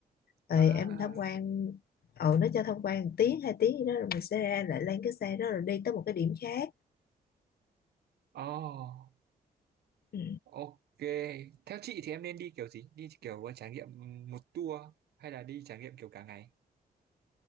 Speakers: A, on the left; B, on the right.
A: rồi
B: à
A: em tham quan ừ nó cho tham quan một tiếng hai tiếng gì đó rồi mình sẽ ra lại lên cái xe đó rồi đi tới một cái điểm khác
B: oh
A: ừ.
B: Ok, theo chị thì em nên đi kiểu gì? Đi kiểu ờ, trải nghiệm một tour hay là đi trải nghiệm kiểu cả ngày?